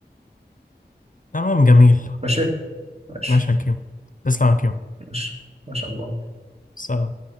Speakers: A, on the left; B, on the right.
A: تمام جميل
B: ماشي ماشي
A: ماشي يا كيمو تسلم يا كيمو
B: ماشي ما شاء الله
A: سلام